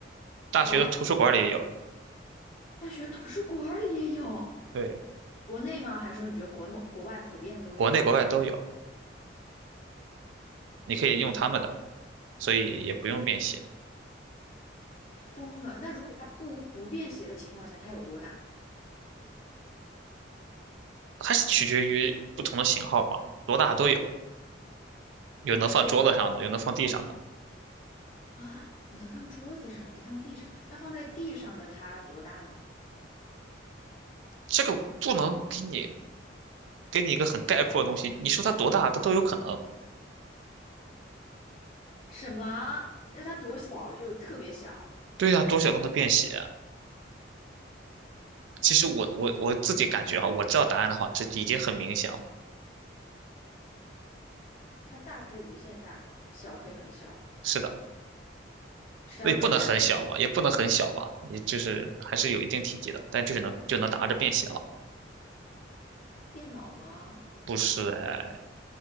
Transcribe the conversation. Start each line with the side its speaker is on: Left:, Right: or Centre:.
Right: 大学的图书馆里也有，
Left: 哦，大学图书馆里也有，
Right: 对，
Left: 国内吗？还是说你觉得国某国外普遍都有？
Right: 国内国外都有，你可以用他们的，
Left: 你
Right: 所以也不用便携，
Left: 疯了？那如果它不不便携的情况下，它有多大？
Right: 还是取决于不同的型号嘛，多大都有，有能放桌子上的，
Left: 那最
Right: 有能放地上的，
Left: 啊，有的放桌子上，有的放地上。那放在地上的它多大呢？
Right: 这个不能给你给你一个很概括的东西，你说它多大，它都有可能。
Left: 什么？那它多小？就特别小。
Right: 对呀、多小都能便携。其实我我我自己感觉哈，
Left: 嗯，
Right: 我知道答案的话，这已经很明显了。
Left: 它大可以无限大，小可以很小，
Right: 是的，
Left: 什么东西啊？
Right: 也不能很小吧，
Left: 这
Right: 也不能很小吧，也就是还是有一定体积的，但就是能就能拿着便携了。
Left: 电脑吗？
Right: 不是哎，